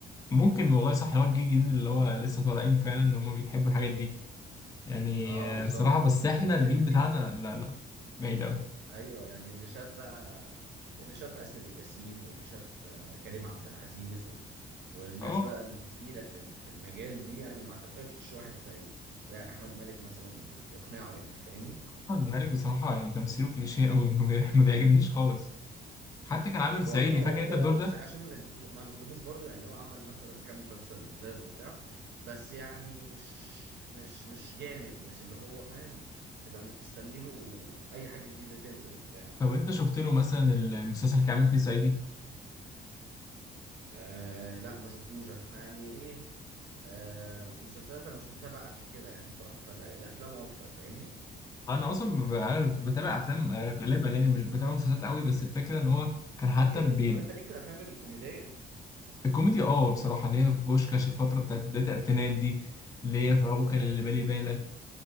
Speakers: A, on the left; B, on the right.
A: ممكن والله صح اللي هو الجيل الجديد اللي هو لسه طالعين فعلا ان هم بيحبوا الحاجات دي يعني
B: اه
A: آه،
B: بالظبط
A: بصراحة بس احنا
B: لكن
A: الجيل
B: ال...
A: بتاعنا لا لا بعيد أوي
B: ايوه يعني اللي شاف بقى اللي شاف اسر ياسين واللي شاف آه، كريم عبد العزيز و... والناس
A: اه
B: بقى التقيله في ال- في المجال دي يعني ما اعتقدش واحد زي زي احمد مالك مثلا ي- يقنعه يعني فاهمني
A: محمد مالك بصراحة يعني تمثيله كليشيه أوي ما بي- ما بيعجبنيش خالص حتى كان عامل
B: والله
A: صعيدي
B: هو
A: فاكر
B: هو
A: انت الدور ده؟
B: بص عشان ما ن- ما نظلموش برضو يعني هو عمل مثلا كام مسلسل لزاز وبتاع بس يعني مش مش مش جامد مش اللي هو فاهم تبقى مستني له اي حاجه جديده تنزل وبتاع
A: طب انت شفت له مثلا المسلسل اللي كان عامل فيه صعيدي؟
B: آه لا ما شفتوش احنا يعني ايه آه المسلسلات انا مش متابع قد كده يعني بصراحة فالافلام اكتر فاهمني
A: انا اصلا ب- أنا بتابع افلام آه، غالبا يعني مش بتابع مسلسلات قوي بس الفكره ان هو كان
B: في
A: حتى بي...
B: طب انت ليك في الافلام الكوميدية
A: الكوميدي اه بصراحه اللي هي بوشكاش الفتره بتاعت بدايه الالفينات دي اللي هي في عوكل
B: آه،
A: اللي بالي بالك